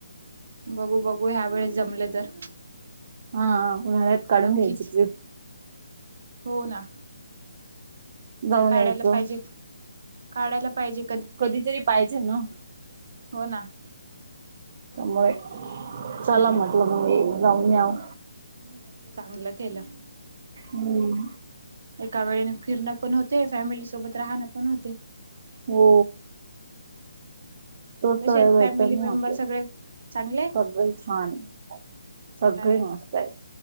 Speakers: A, on the right; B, on the right.
A: बघू बघू ह्या वेळेस जमले तर
B: हा उन्हाळ्यात काढून
A: नक्कीच
B: घ्यायची ट्रीप
A: हो ना
B: जाऊन
A: काढायला
B: यायचं
A: पाहिजे काढायला पाहिजे.
B: कधीतरी पाहिजे ना.
A: हो ना
B: मुळे चला म्हटल मुळे जाऊ यावं.
A: चांगलं केलं.
B: हम्म
A: एका वेळेने फिरणं पण होते फॅमिली सोबत राहणं पण होते.
B: हो तोच
A: कसे
B: तर वेळ
A: आहेत
B: भेटतो
A: फॅमिली मेंबर
B: आपल्याला
A: सगळे चांगले आहेत
B: सर्व छान सगळे
A: छान आहेत
B: मस्त
A: का
B: आहे